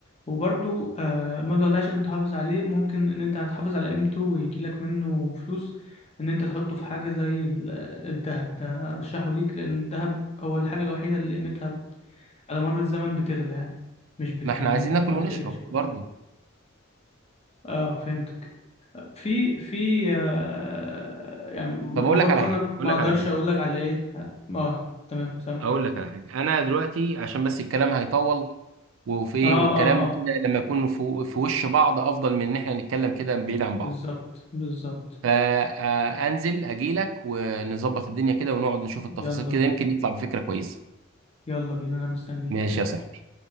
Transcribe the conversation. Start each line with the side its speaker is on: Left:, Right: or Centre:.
Left: وبرضو آه، المبلغ ده عشان تحافظ عليه ممكن ان انت هتحافظ على قيمته ويجيلك منه فلوس ان انت تحطه في حاجة زي ال- آه، الذهب ده ارشحه ليك لان الذهب هو الحاجة الوحيدة اللي قيمتها على مر الزمن بتغلى يعني مش بت...
Right: ما احنا
Left: ما
Right: عايزين ناكل ونشرب
Left: بتقلش وكده
Right: برضه
Left: اه فهمتك في في آه يعني ما
Right: طب اقول
Left: هو برضه
Right: لك على حاجه
Left: انا
Right: اقول
Left: ما
Right: لك
Left: اقدرش
Right: على حاجه
Left: اقول لك على ايه اه تمام سامعك
Right: اقول لك على حاجه انا دلوقتي عشان بس الكلام هيطول وفي ايه
Left: اه
Right: والكلام
Left: اه اه
Right: كده لما يكون في في وش بعض افضل من ان احنا نتكلم كده بعيد عن بعض
Left: بالظبط بالظبط
Right: فانزل اجي لك ونظبط الدنيا كده ونقعد نشوف التفاصيل
Left: يلا
Right: كده
Left: بينا
Right: يمكن يطلع بفكرة كويسة
Left: يلا بينا انا مستنيك
Right: ماشي يا صاحبي